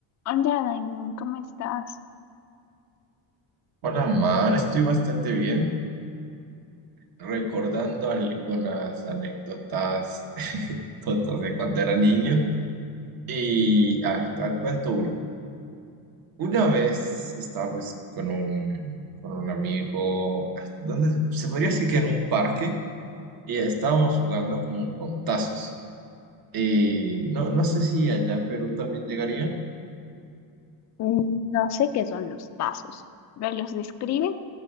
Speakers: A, on the left; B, on the right.
A: Hola, Dani, ¿cómo estás?
B: Hola, Mar, estoy bastante bien. Recordando algunas anécdotas <laughs> tontas de cuando era niño. Y, ah, te cuento una. Una vez estaba pues con un, con un amigo, ah, donde se se podría decir que en un parque, y estábamos jugando como con tazos. Y no, no sé si allá en Perú también llegaría,
A: Mm, No sé qué son los pasos. ¿Me los describes?